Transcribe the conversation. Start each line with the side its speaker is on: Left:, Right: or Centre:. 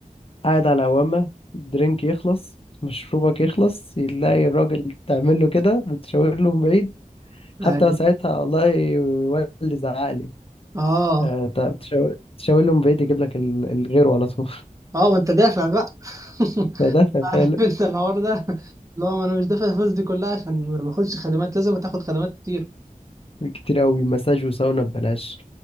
Left: قاعد على عوامة درينك يخلص مشروبك يخلص يلاقي الراجل تعمل له كده بتشاور له من بعيد حتى
Right: ايوه
Left: ساعتها والله والدي زعقلي
Right: اه
Left: أه تشاور تشاور له من بعيد يجيب لك ال- الغير على طول
Right: اه ما انت دافع بقى <laughs>
Left: ده
Right: عارف
Left: فعلا
Right: انت الحوار ده اللي هو انا مش دافع الفلوس دي كلها عشان ما اخدش خدمات لازم تاخد خدمات كتير
Left: كتير قوي مساج وساونا ببلاش